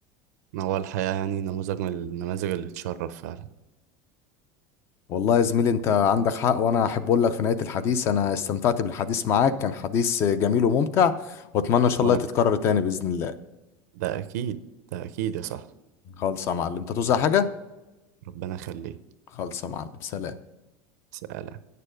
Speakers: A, on the right; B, on the left.
A: هو الحقيقة يعني نموذج من النماذج اللي تشرف فعلا
B: والله يا زميلي انت عندك حق وانا احب اقول لك في نهايه الحديث انا استمتعت بالحديث معاك كان حديث جميل وممتع واتمنى ان شاء
A: وأنا
B: الله تتكرر
A: كمان
B: تاني باذن الله
A: ده أكيد ده أكيد يا صاحبي
B: خالص يا معلم انت توزع حاجه
A: ربنا يخليك
B: خلصة معلم سلام
A: سلام